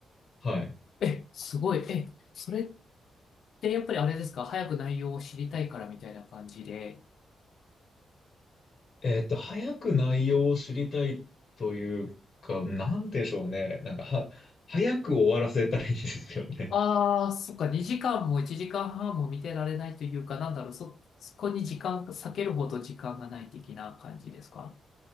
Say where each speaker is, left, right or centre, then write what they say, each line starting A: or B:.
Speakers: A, on the left; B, on the left.
A: はい。
B: え、すごい。え、それってやっぱりあれですか早く内容を知りたいからみたいな感じで。
A: えーっと、早く内容を知りたいというか、なんでしょうね。なんか、は、早く終わらせたいんですよね。
B: ああ、そっか、2時間も1時間半も見てられないというか、なんだろう、そ、そこに時間、避けるほど時間がない的な感じですか